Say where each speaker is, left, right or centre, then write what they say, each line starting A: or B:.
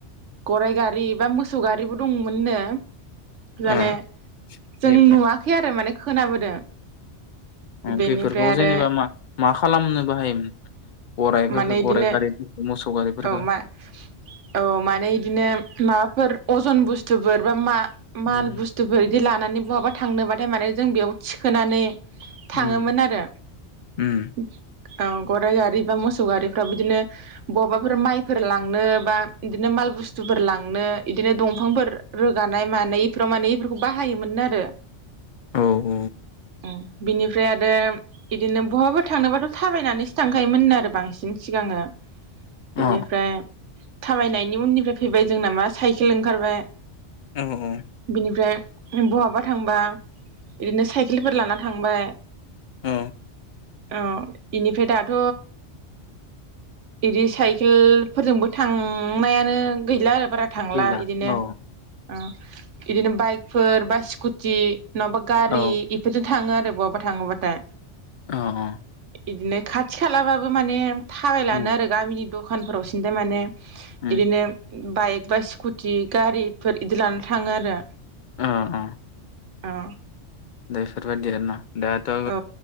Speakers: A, on the right; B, on the left.
A: गराय गारि बा मोसौ गारिबो दंमोननो
B: अ
A: जाने जों
B: बे
A: नुवाखै आरो माने खोनाबोदों।
B: उम
A: बेनिफ्राय
B: बेफोरखौ
A: आरो
B: जेनेबा मा मा खालामनो बाहायोमोन? गराइफोरखो
A: माने इदिनो
B: गराइ गारिफोरखो मोसौ गारिफोरखो?
A: औ मा औ माने इदिनो माबाफोर अजन बुस्थुफोर बा मा माल
B: उम
A: बुस्थुफोर इदि ला नानै बहाबा थांनोबाथाय माने जों बेयाव थिखोनानै थाङोमोन
B: उम
A: आरो।
B: उम
A: <unintelligible> औ गराइ गारि बा मोसौ गारिफ्राव बिदिनो बबाफोर माइफोर लांनो बा इदिनो मा माल बुस्थुफोर लांनो इदिनो दंफांफोर रोगानाय मानाय इफोराव माने इफोरखौ बाहायोमोननो आरो।
B: औ औ
A: <unintelligible> बिनिफ्राय आरो इदिनो बहाबा थांनोबाथ' थाबायनानैसो थांखायोमोनो आरो बांसिन सिगां <unintelligible> बेनिफ्राय
B: अ
A: थाबायनायनि उननिफ्राय फैबाय जोंना मा साइखेल ओंखारबाय
B: अ औ
A: बिनिफ्राय बहाबा थांबा इदिनो स साइखेलफोर लाना थांबाय
B: औ
A: अह इनिफ्राय दाथ' इदि साइखेलफोरजोंबो थांनायानो गैला आरो बारा थांला
B: गैला
A: इदिनो
B: औ
A: ओ इदिनो बाइकफोर बा स्कुटि नङाबा गारि
B: औ
A: इफोरजों थाङो आरो बहाबा थाङोबाथाय
B: अ अ।
A: इदिनो खाथि-खालाबाबो माने थाबायलानो
B: उम
A: आरो गामिनि दखानफोरावसिनथाय माने
B: उम
A: इदिनो बाइकबा, स्कुटि गारिफोर इदि लाना थाङो आरो।
B: ओ अ।
A: औ
B: दा बेफोरबायदि आरोना दाथ'
A: औ